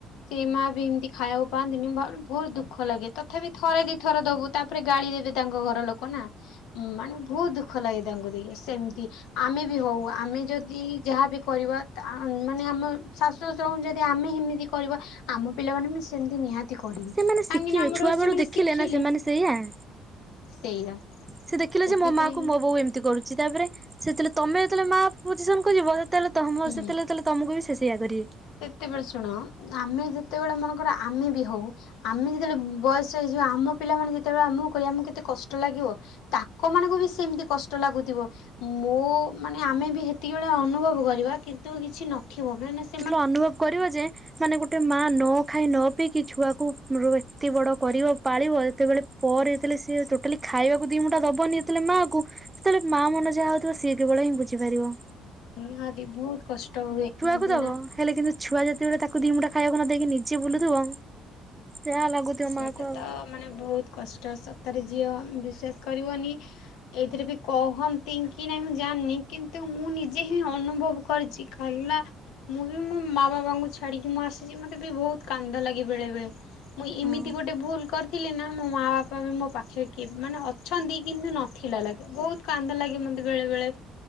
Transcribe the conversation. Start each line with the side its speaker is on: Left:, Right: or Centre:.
Left: ସେ ମା ବି ଏମିତି ଖାଇବାକୁ ପାଆନ୍ତିନି ମ ବହୁତ ଦୁଃଖ ଲାଗେ ତଥାପି ଥରେ ଦି ଥର ଦବୁ ତାପରେ ଗାଳି ଦେବେ ତାଙ୍କ ଘର ଲୋକ ନା। ମାନେ ବହୁତ ଦୁଃଖ ଲାଗେ ତାଙ୍କୁ ଦେଖି ସେମିତି ଆମେ ବି ହଉ ଆମେ ଯଦି ଯାହା ବିି କରିବା ଆ ମାନେ ଆମ ଶାଶୁ ଶଶୁରଙ୍କୁ ଯଦି ଆମେ ହେମିତି କରିବା ଆମ ପିଲାମାନେ ବି ସେମିତି ନିହାତ ଚି କରିବେ
Right: ସେମାନେ ଶିଖିବେ
Left: କାହିଁକିନା ଆମଠୁ
Right: ଛୁଆ
Left: ସେମାନେ
Right: ବେଳୁ ଦେଖିଲେ
Left: ଶିଖିଲେ।
Right: ନା ସେମାନେ ସେଇଆ
Left: ସେଇଆ
Right: ସେ ଦେଖିଲ
Left: ସେଥିପାଇଁ
Right: ଯେ ମୋ ମା କୁ ମୋ ବୋଉ ଏମତି ଚି କରୁଛି ତାପରେ ସେତେବେଳେ ତମେ ଯେତେବେଳେ ମା ପୋଜିସନ କୁ ଯିବ ସେତେବେଳେ ତମ
Left: ହୁଁ।
Right: ସେତେବେଳେ ଯେତେବେଳେ ତମକୁ ବି ସେ ସେଇଆ କରିବେ।
Left: ସେତେବେଳେ ଶୁଣ ଆମେ ଯେତେବେଳେ ମନେକର ଆମେ ବି ହଉ ଆମେ ଯେତେବେଳେ ବୟସ ହେଇଯିବ ଆମ ପିଲାମାନେେ ଯେତେବେଳେ ଆମକୁ କହିବେ ଆମକୁ କେତେ କଷ୍ଟ ଷ୍ଟ ଲାଗିବ ତାଙ୍କ ମାନଙ୍କୁ ବି ସେମିତି କଷ୍ଟ ଲାଗୁଥିବ ମୋ ମାନେ ଆମେ ବି ହେତ ହେତିକି ବେଳେ ଅନୁଭବ କରିବା କିନ୍ତୁ କିଛି ନଥିବ କାହିଁକି ନା
Right: ସେତେବେଳେ ଅନୁଭବ କରିବ ଯେ ମାନେ ଗୋ ଗୋଟେ ମା ନ ଖାଇ ନ ପିଇକି ଛୁଆକୁ <unintelligible> ଏତେ ବଡ କରିବ ପାଳିବ ଯେତେବେଳେ ପରେ ଯେତେେଳେ ସିଏ ଟୋଟାଲି ଖାଇବାକୁ ଦି ମୁୁଠା ଦବନି ଯେତେବେଳେ ମାଆ କୁ ସେତେବେଳେ ମା ମନ ଯାହା ହଉଥିବ ସିଏ କେବଳ ହିଁ ବୁଝିପାରିବ।
Left: ନିହାତି ବହୁତ କଷ୍ଟ ହୁଏ ହୁଁ।
Right: ତାକୁ ଦେବ
Left: ନା
Right: ହେଲେ କିନ୍ତୁ ଛୁଆ ଯେତେବେଳେ ତାକୁ ଦିମୁଠା ଖାଇବାକୁ ନ ଦେଇକି ନିଜେ ବୁଲୁଥିବ ଯାହା ଲାଗୁଥିବ
Left: ସେଇଟା
Right: ମାଆକୁ ଆଉ
Left: ତ ମାନେ ବହୁତ କଷ୍ଟ ସତରେ ଝିଅ ବିଶ୍ୱାସ କରିବନି ଏଇଥିରେ ବି କହନ୍ତି ଙ୍କି ନାଇଁ ମୁଁ ଜାଣିନି କିନ୍ତୁ ମୁଁ ନିଜେ ହିଁ ଅନୁଭବ କରିଚି। କାହିଁକି ନା ମୁଁ ବି ମୋ ମାଆ ବାବାଙ୍କୁ ଛାଡ଼ିକି ମୁଁ ଆସିଛି ମୋତେ ବି ବହୁତ୍ କାନ୍ଦ ଲାଗେ ବେଳେ ବେଳେ। ମୁଁ ଏମିତି
Right: ହଁ।
Left: ଗୋଟେ ଭୁଲ କର୍ ଥିଲି ନା ମୋ ମାଆ ବାପା ବି ମୋ ପାଖେ କେ ମାନେ ଅଛନ୍ତି କିନ୍ତୁ ନଥିଲା ଲାଗି ବହୁତ୍ କାନ୍ଦ ଲାଗେ ମତେ ବେଳେବେେଳେ।